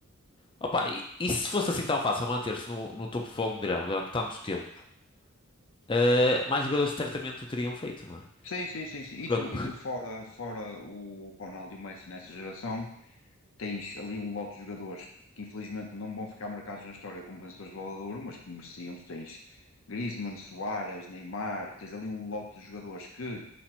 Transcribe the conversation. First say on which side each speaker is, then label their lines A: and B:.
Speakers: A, on the left (about 25°); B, on the left (about 70°).
A: opa, e, e se fosse assim tão fácil manter-se no, no topo do futebol mundial durante tanto tempo, ah, mais jogadores certamente o teriam feito, não é?
B: Sim, sim, sim, sim. E
A: Quando-
B: tu, e tu fora, fora o Ronaldo e o Messi nessa geração, tens ali um lote de jogadores que infelizmente não vão ficar marcados na história como vencedores de Bola de Ouro, mas que mereciam. Tu tens Griezmann, Suárez, Neymar, tens ali um lote de jogadores que